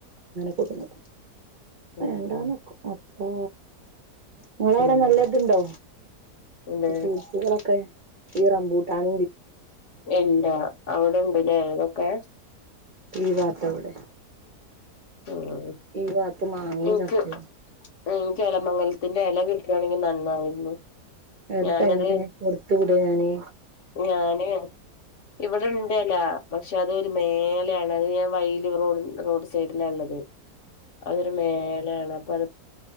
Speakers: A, on the right; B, on the left.
A: <unintelligible> വേണ്ടാ
B: ഉം
A: നക്ക. ഓ നിങ്ങള അവിടെ
B: ഉം
A: നല്ല ഇതുണ്ടോ
B: എന്ത്
A: ഫ്രൂട്സുകളളൊക്കെ ഈ റംമ്പൂട്ടാൻ
B: ഇല്ല അവിടെണ്ട്ല്ല ഏതൊ ക
A: ഈ ഭാഗത്തവിടെ
B: ഉം
A: ഈ ഭാഗത്ത് മാങ്ങയും
B: എനിക്ക്
A: ചക്കും
B: എനിക്ക് എലമംഗലത്തിന്റെ എല കിട്ടയാണെങ്കിൽ നന്നായിരുന്നു
A: അപ്പോ
B: ഞാനത്
A: എങ്ങനെ കൊടുത്ത് അഞാണ്
B: ഞാന് ഇവിടെ ഇണ്ട് എലാ പക്ഷെ അതൊരു മേലെയാണ് അത് ഞാൻ വൈൽ റോഡ റോഡ് സൈഡിലാ ഉള്ളത് അതൊരു മേലയാണ് പറ